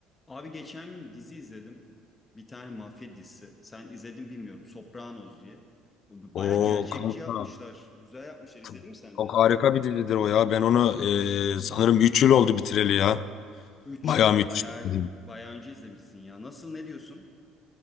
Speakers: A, on the left; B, on the left.
A: Abi geçen gün bir dizi izledim. Bir tane mafya dizisi. Sen izledin bilmiyorum. Sopranos diye. O
B: O
A: Baya gerçekçi
B: kanka
A: yapmışlar. Güzel yapmışlar. İzledin
B: çok,
A: mi sen
B: çok
A: de?
B: harika bir dizidir o ya. Ben onu e, sanırım 3 yıl oldu bitireli ya.
A: Üç
B: Bayağı
A: yıl oldu.
B: müthiş
A: Baya,
B: bir dizi.
A: baya önce izlemişsin ya. Nasıl ne diyorsun?